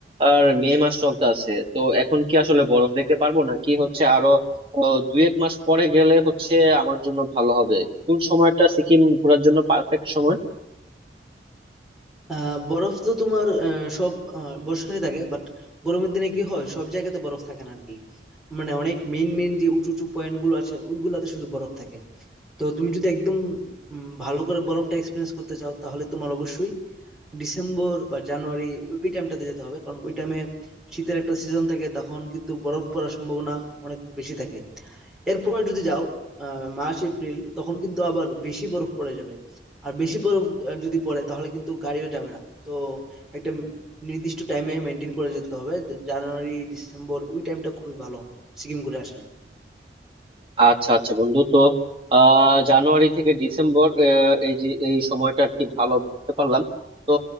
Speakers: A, on the right; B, in the centre.
A: আর মে মাস চলতে আছে তো এখন কি আসলে বরফ দেখতে পারবো না কি হচ্ছে আরো আহ, দুই এক মাস পরে গেলে হচ্ছে আমার জন্য ভালো হবে কোন সময়টা সিকিম ঘোরার জন্য পারফেক্ট সময়
B: আহ, বরফ তো তোমার আহ, সব আহ, বছরই থাকে বাট গরমের দিনে কি হয় সব জায়গাতে বরফ থাকে না আর কি মানে অনেক মেইন মেইন যে উঁচু উঁচু পয়েন্ট গুলো আছে ওইগুলাতে শুধু বরফ থাকে তো তুমি যদি একদম উম, ভালো করে বরফটা এক্সপিরিয়েন্স করতে চাও তাহলে তোমার অবশ্যই ডিসেম্বর বা জানুয়ারি ওই টাইমটাতে যেতে হবে কারণ ওই টাইমে শীতের একটা সিজন থাকে তখন কিন্তু বরফ পড়ার সম্ভাবনা অনেক বেশি থাকে এরপর যদি যাও আহ, মার্চ এপ্রিল তখন কিন্তু আবার বেশি বরফ পড়ে যাবে আর বেশি বরফ আহ, যদি পড়ে তাহলে কিন্তু গাড়িও যাবে না তো একটা নির্দিষ্ট টাইমে মেনটেন করে যেতে হবে যে- জানুয়ারি ডিসেম্বর ওই টাইমটা খুবই ভালো সিকিম ঘুরে আসার
A: আচ্ছা আচ্ছা বন্ধু তো আহ জানুয়ারি থেকে ডিসেম্বর আহ, এই যে এই সময়টা আর কি ভালো বুঝতে পারলাম তো